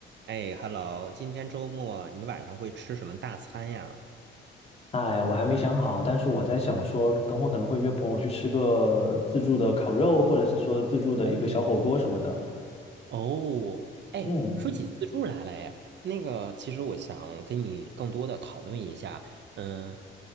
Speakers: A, on the right; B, on the left.
A: 哎，Hello，今天周末你晚上会吃什么大餐呀？
B: 哎，我还没想好，但是我在想说，等会儿可能会约朋友去吃个自助的烤肉，或者是说自助的一个小火锅什么的。
A: 哦，哦，哎，
B: 嗯。
A: 说起自助来了，哎，那个，其实我想跟你更多的讨论一下，嗯，